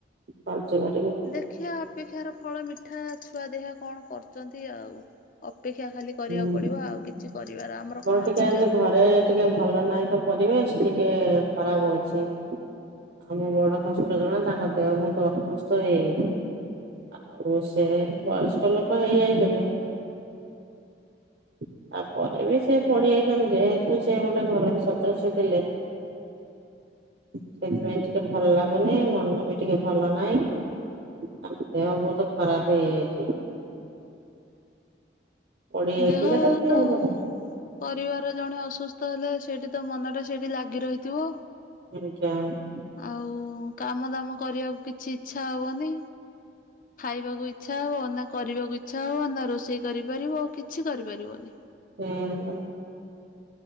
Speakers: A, on the right (about 65°); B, on the left (about 50°).
A: <unintelligible>
B: ଦେଖିଆ ଅପେକ୍ଷାର ଫଳ ମିଠାଆ ଛୁଆ ଦେଖିଆ କଣ କରୁଚନ୍ତି ଆଉ ଅପେକ୍ଷା ଖାଲି କରିବାକୁ
A: ହୁଁ।
B: ପଡିବ ଆଉ କିଛି କରିବାର ଆମର କଣ
A: ଟିକେ
B: ଅଛି
A: ଆଜି
B: କି ଆଉ
A: ଘରେ ଟିକେ ଭଲ ନାହିଁ ତ ପରିବେଶ ଟିକେ ଖରାପ ହଉଚି। ଆମ ବଡଶଶୁର ଜଣେ ତାଙ୍କ ଦେହ ବହୁତ ଅସୁସ୍ଥ ହେଇଯାଇଚି। ଆଉ ସେ ବୟସ୍କ ଲୋକ ହେଇଯାଇଛନ୍ତି ତା ପରେରେ ବି ସେ ପଢି ଯାଇଛନ୍ତି ଯେହେତୁ ସେ ଗୋଟେ ଘରର ସଦସ୍ୟ ଥିଲେ ସେଥିପାଇଁ ଟିକେ ଭଲ ଲାଗୁନି ମନ ବି ଟିକେ ଭଲ ନାହିଁ ତାଙ୍କ ଦେହ ବହୁତ ଖରାପ ହେଇଯାଇଚି। ପଡି ଯାଇଥିଲେ
B: ଦେହ
A: ସେ
B: ତ
A: ଆଉ
B: ପରିବାର ଜଣେ ଅସୁସ୍ଥ ହେଲେ ସେଇଠି ତ ମନ ଟା ସେଇଠି ଲାଗି ରହିଥିବ।
A: ନି <unintelligible>
B: ଆଉ କାମ ଦାମ କରିବାକୁ କିଛି ଇଚ୍ଛା ହବନି ଖାଇବାକୁ ଇଚ୍ଛା ହବ ନା କରିବାକୁ ଇଚ୍ଛା ହବ ନା ରୋଷେଇ କରିପାରିବ କିଛି କରିପାରିବନି।
A: ହୁଁ